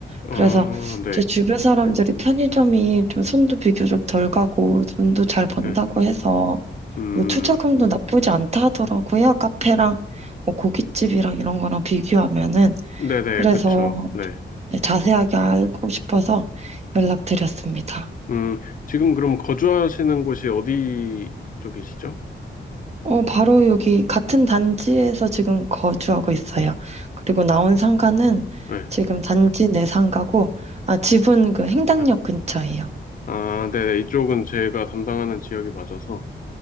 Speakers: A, on the left; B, on the right.
A: 아,
B: 그래서
A: 네.
B: 제 주변 사람들이 편의점이 좀 손도 비교적 덜 가고 돈도 잘 번다고
A: 네.
B: 해서
A: 음,
B: 뭐 투자금도 나쁘지 않다 하더라고요. 카페랑 뭐 고깃집이랑 이런 거랑 비교하면은.
A: 네네,
B: 그래서
A: 그쵸. 네.
B: 네, 자세하게 알고 싶어서 연락드렸습니다.
A: 음, 지금 그럼 거주하시는 곳이 어디 쪽이시죠?
B: 어, 바로 여기 같은 단지에서 지금 거주하고 있어요. 그리고 나온 상가는
A: 네.
B: 지금 단지 내 상가고, 아, 집은 그 행당역
A: 네.
B: 근처예요.
A: 아, 네네. 이쪽은 제가 담당하는 지역이 맞아서.